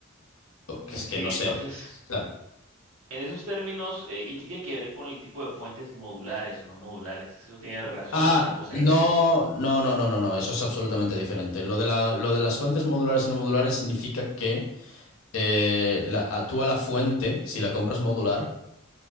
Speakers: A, on the left (about 70°); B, on the right (about 75°).
A: o
B: ok,
A: que es que no sea,
B: entonces,
A: que- que- claro.
B: en esos términos, eh, ¿y qué tiene que ver con el tipo de fuentes modulares o no modulares? ¿Eso tiene relación
A: Ah,
B: o es una cosa
A: no,
B: diferente?
A: no, no, no, no, no, eso es absolutamente diferente. Lo de la, lo de las fuentes modulares y no modulares significa que eh, la, a- tú a la fuente, si la compras modular,